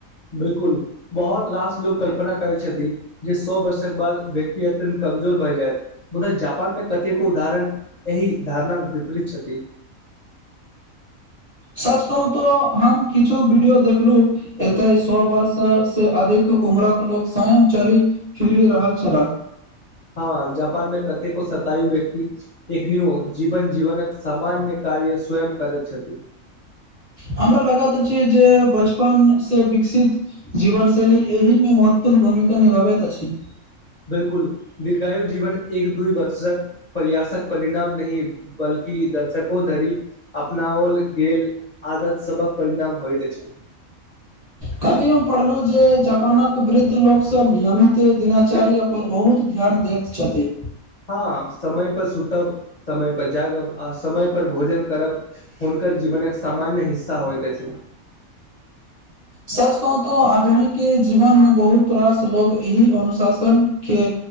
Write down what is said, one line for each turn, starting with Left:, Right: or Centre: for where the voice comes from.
Left: बिल्कुल बहुत रास लोक कल्पना करै छथि जे सौ वर्षक बाद व्यक्ति अत्यन्त कमजोर भए जायत मुदा जापान मे कतेको उदाहरण एहि धारणाक विपरीत छथि
Right: सच कहू तोऽ हम किछु वीडियो देखलू एते सो वर्ष से अधिक उम्रक लोकोग स्वयं चलि फिरि रहल छला
Left: हँ जापान मे कतेको सतायु व्यक्ति एखनेओ जीवन जीवन सामान्य कार्य स्वयं करैत छथि
Right: हमरा लागैत छै जे बचपन से विकसित जीवनशैली एहि मे महत्वपूर्ण भूमिका निभावैत अछि
Left: बिल्कुल दीर्घायु जीवन एक दूइ वर्षक प्रयासक परिणाम नहि बल्कि दर्शको धरि अपनाव गेल आदत सभक परिणाम होइत अछि
Right: कल्हि हम पढ़लौ जे जापानक वृद्ध लोक सब नियमित दिनाचार्य पर बहुत ध्यान देत छथि
Left: हँ समय पर सुतब समय पर जागब आ समय पर भोजन करब हुनकर जीवनक एक सामान्य हिस्सा होईत अछी
Right: सच कहू तो आधुनिक जीवन मे बहुत रास लोग एहि अनुशासन के